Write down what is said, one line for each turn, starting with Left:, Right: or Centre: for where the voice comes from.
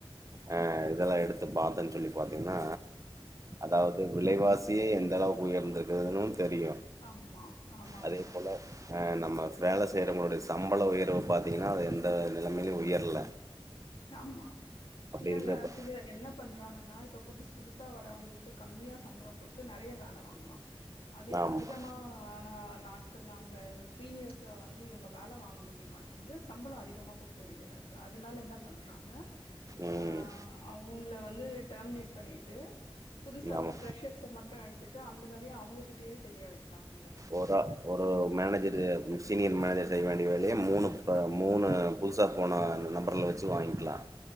Right: அ இதெல்லா எடுத்து பாத்தேன்னு சொல்லி பாத்தீங்னா அதாவது விலைவாசி எந்த அளவுக்கு உயர்ந்திருக்குதுன் தெரியு
Left: ஆமா ஆமாங்க
Right: அதே போல அ நம் ஆமா வேல செய்யறவங்ளுடைய சம்பள உயர்வு பாத்தீங்கன்னா அது எந் எந்த நெலமையிலும் உயர்ல
Left: ஆமா இல்லங்க
Right: இருக்கிறப்ப
Left: சிலர் என்ன பண்றாங்கன்னா இப்ப புதுசு புதுசா வரவங்களுக்கு கம்மியா சம்பளம் கொடுத்து நெறைய வேலை வாங்கலாம் அதே
Right: ஆமா
Left: அதிகமா ஆ நான் நாட்கள் அவங்க சீனியர்ஸ் வந்து இவுங்க வேலை வாங்க முடியுமாட் வந்து சம்பளம் அதிகமா கொடுக்க வேண்டியதா இருக்கு அதனால என்ன பண்றாங்க
Right: ம்
Left: அ அவங்கள வ ந்து டர்மினேட் பண்ணிட்டு புதுசா
Right: ஆமா
Left: ஒரு ஃப்ர்ஷர்ஸ் மட்டும் எடுத்துட்டு அந்த வேலயை அவுங்ககிட்டயே செய்ய வைக்கிறான்
Right: ஒரா ஒரு மேனேஜரு சீனியர் மேனேஜர் செய்ய வேண்டிய வேலயை மூணு மூணு புதுசா போன அந்த நம்பர்ல வச்சு வாங்கிக்கலாம்